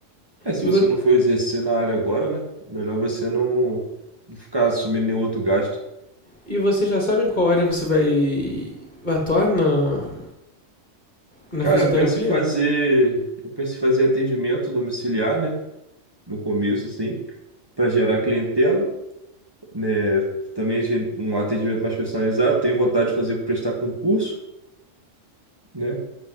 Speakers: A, on the right (about 20°); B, on the left (about 35°).
A: É, se
B: E,
A: você
B: vo,
A: não for exercer na área agora, né? Melhor você não, não ficar assumindo nenhum outro gasto.
B: e vocês já sabem qual área você vai atuar na, Na
A: Cara,
B: fisioterapia?
A: eu penso em fazer. Eu penso em fazer atendimento domiciliar, né? No começo, assim, para gerar clientela, né? Também ge- um atendimento mais personalizado. Tenho vontade de fazer prestar concurso, né?